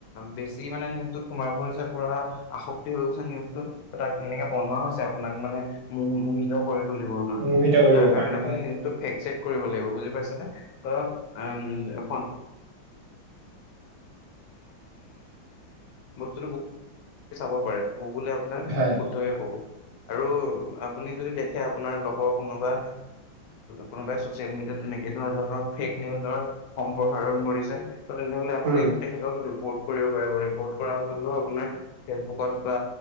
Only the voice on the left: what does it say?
বেছি মানে নিজত সোমাই পৰিছে পুৰা আসক্তি হৈ গৈছে নিউজটোত তাক কেনেকে বনোৱা হৈছে আপোনাক মানে ম মোহিত কৰি তৰ কাৰণে
ত
তাৰ কাৰণে আপুনি
নিউজেক চে কৰিব লাগিব বুজি পাইছে <inaudible> অ উম িু স ব্তুাৰে গুগুললে আপোনাক
শুদ্ধকে কব আৰু আপুনি যদি দেখে আপোনাৰ লগক কোনোবা কোনোবাই চচিয়েল মিডিয়া তেনেকে তেনেুৱ ধৰণৰ ফেক নিউজৰ সম্প্ৰসাৰণ কৰিছে ত তেনেহ' আপুনি
তেখেতক দিব ৰ্ কৰিব পাৰিব ৰিপৰ্ট কৰা হলে আপোনাৰ ফেচবুকত বা